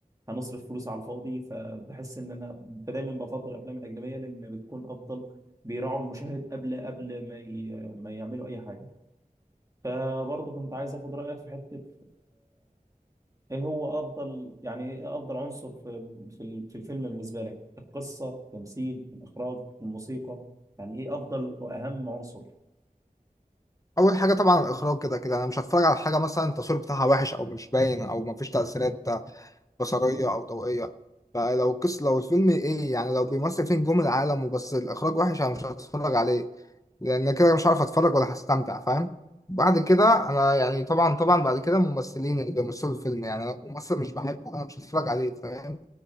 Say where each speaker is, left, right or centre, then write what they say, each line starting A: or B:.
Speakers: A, on the right; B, on the left.
A: هنصرف فلوس على الفاضي فبحس ان انا دايما بفضل الافلام الاجنبيه لان بتكون افضل بيراعوا المشاهد قبل قبل ما ي... ما يعملوا اي حاجه فبرضه كنت عايز اخد رايك في حته ايه هو افضل يعني ايه افضل عنصر في في ال- في الفيلم بالنسبه لك القصه التمثيل الاخراج الموسيقى يعني ايه افضل واهم عنصر
B: اول حاجه طبعا الاخراج كده كده انا مش هتفرج على حاجه مثلا التصوير بتاعها وحش او مش باين او مفيش تاثيرات بصريه او ضوئيه فلو القصه لو الفيلم ايه يعني لو بيمثل فين نجوم العالم وبس الاخراج وحش انا مش هتفرج عليه لان كده مش عارف اتفرج ولا هستمتع فاهم بعد كده انا يعني طبعا طبعا بعد كده الممثلين اللي بيمثلوا الفيلم يعني انا ممثل مش بحبه انا مش هتفرج عليه فاهم